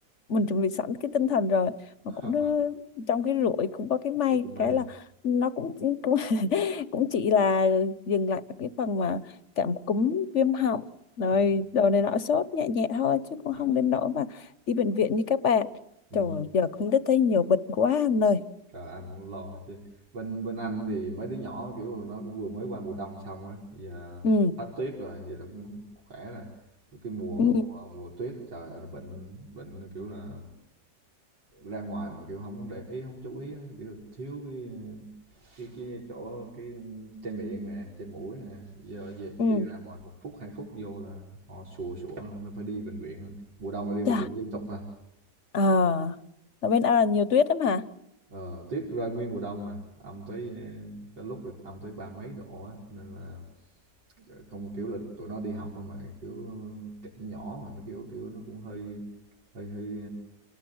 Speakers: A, on the left (about 45°); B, on the right (about 80°).
A: mình chuẩn bị sẵn cái tinh thần rồi mà
B: <laughs>
A: cũng đứa, trong cái rủi cũng có cái may
B: Có cái may.
A: cái là nó cũng cũng <laughs> cũng chỉ là dừng lại ở cái phần mà cảm cúm viêm họng rồi
B: Ừ.
A: đồ này nọ sốt nhẹ nhẹ thôi chứ cũng
B: À,
A: không đến nỗi mà đi bệnh viện như các bạn
B: ừ.
A: trời ơi, giờ cũng biết thấy nhiều bệnh quá anh ơi
B: Trời anh cũng lo chứ. Bên bên anh thì mấy đứa nhỏ kiểu nó cũng vừa mới qua mùa đông xong á, giờ
A: ừ
B: hết tuyết rồi, giờ nó cũng cũng khỏe rồi. Cái mùa
A: ừ
B: mà mùa mùa tuyết trời ơi, nó bệnh bệnh kiểu là ra ngoài mà kiểu không để ý không chú ý kiểu thiếu cái cái cái chỗ cái che miệng nè che mũi nè giờ về,
A: ừ
B: đi ra ngoài một phút hai phút vô là họ sùa sủa nó phải đi bệnh viện mùa đông là đi bệnh
A: Chà,
B: viện liên tục à
A: À, ở bên à, nhiều tuyết lắm hả?
B: ờ, tuyết rơi nguyên mùa đông mà âm tới ờ, cái lúc thì âm tới ba mấy độ á nên là ờ, không kiểu là tụi nó đi học mà kiểu trẻ nhỏ mà nó kiểu kiểu nó cũng hơi hơi hơi